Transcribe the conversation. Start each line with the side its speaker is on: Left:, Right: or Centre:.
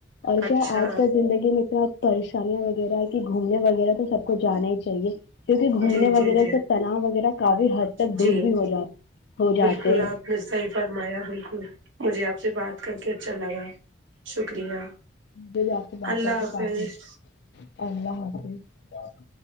Left: اور
Right: اچھا
Left: کیا آج کل زندگی میں اتنا پریشانیاں وغیرہ ہے کہ گھومنے وغیرہ تو سب کو جانا ہی چاہیے کیوںکہ گھومنے
Right: جی
Left: وغیرہ
Right: جی جی
Left: سے تناؤ وغیرہ کافی حد تک
Right: جی
Left: دور بھی ہو جاتا ہو جاتے
Right: بالکل
Left: ہیں
Right: آپ نے صحیح فرمایا بالکل مجھے آپ سے بات کر کے اچھا لگا شکریہ
Left: مجھے بھی آپ سے بات
Right: اللہ
Left: کر کے
Right: حافظ
Left: کافی اللہ حافظ